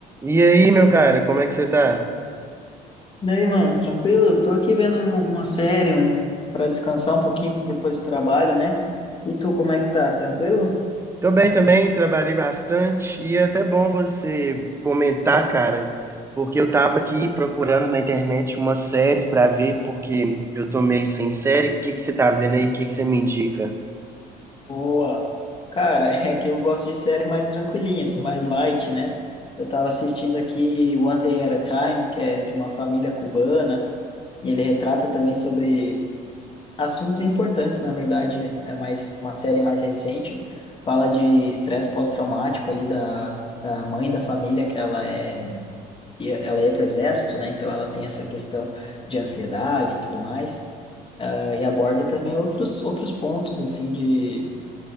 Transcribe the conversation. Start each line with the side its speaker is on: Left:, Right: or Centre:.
Right: E aí, meu cara, como é que você tá?
Left: Daí, mano, tranquilo? Tô aqui vendo um- uma série, um para descansar um pouquinho depois do trabalho, né? E tu, como é que tá? Tranquilo?
Right: Tô bem também, trabalhei bastante e é até bom você comentar, cara, porque eu tava aqui procurando na internet umas séries pra ver, porque eu tô meio sem série. O que que você tá vendo aí? O que que você me indica?
Left: Boa. Cara, <laughs> é que eu gosto de série mais tranquilinha, assim, mais light, né? Eu tava assistindo aqui One Day at a Time, que é de uma família cubana, e ele retrata também sobre assuntos importantes, na verdade, é mais uma série mais recente, fala de estresse pós-traumático ali da, da mãe da família, que ela é e ela ia para o exército, né? Então ela tem essa questão de ansiedade e tudo mais. ah, e aborda também outros outros pontos assim de,